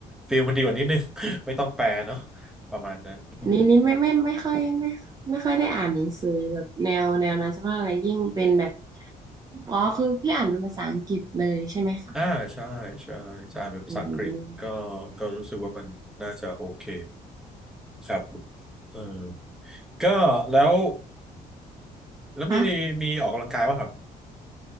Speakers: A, in the centre; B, on the right.
A: ฟิลมันดีกว่านิดนึง <laughs> ไม่ต้องแปลเนาะประมาณนั้นอืม
B: อันนี้นี่ไม่ไม่ไม่ค่อยไม่ไม่ค่อยได้อ่านหนังสือแบบแนวแนวนั้นสักเท่าไหร่ยิ่งเป็นแบบอ๋อคือพี่อ่านเป็นภาษาอังกฤษเลยใช่ไหมคะ
A: อ่าใช่ใช่จะอ่านเป็นภาษาอังกฤษก็
B: อืม
A: ก็รู้สึกว่ามันน่าจะโอเคครับเออ ก็แล้วแล้วมีมีออกกำลังกายป่ะครับ
B: คะ